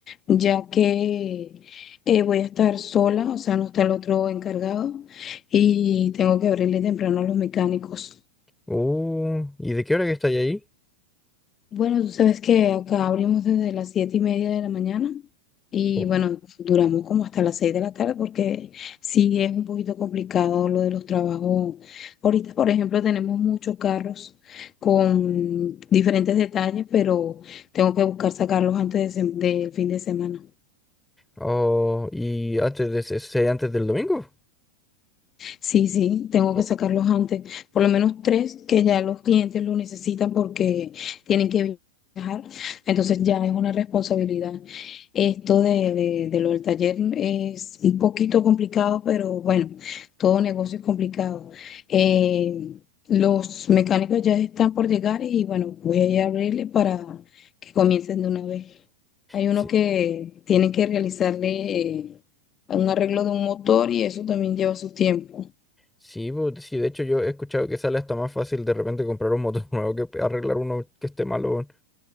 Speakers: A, on the left (about 25°); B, in the centre.
A: ya que eh, voy a estar sola, o sea, no está el otro encargado y tengo que abrirle temprano a los mecánicos.
B: Uh, ¿y de qué hora que estáis ahí?
A: Bueno, tú sabes que acá abrimos desde las siete y media de la mañana y
B: Oh,
A: bueno, duramos como hasta las seis de la tarde porque sí es un poquito complicado lo de los trabajos. Ahorita, por ejemplo, tenemos muchos carros con diferentes detalles, pero tengo que buscar sacarlos antes de sem- del fin de semana.
B: Oh, ¿y antes de ese- ese- antes del domingo?
A: Sí, sí, tengo que
B: Oh,
A: sacarlos antes, por lo menos tres que ya los clientes lo necesitan porque tienen que viajar, entonces ya es una responsabilidad. Esto de, de, de lo del taller es un poquito complicado, pero bueno, todo negocio es complicado. Eh, los mecánicos ya están por llegar y bueno, voy a ir a abrirle para que comiencen de una vez. Hay uno
B: sí,
A: que tiene que realizarle eh, un arreglo de un motor y eso también lleva su tiempo.
B: sí, bo- sí, de hecho yo he escuchado que sale hasta más fácil de repente comprar un motor <laughs> nuevo que pe- arreglar uno que esté malo. weón.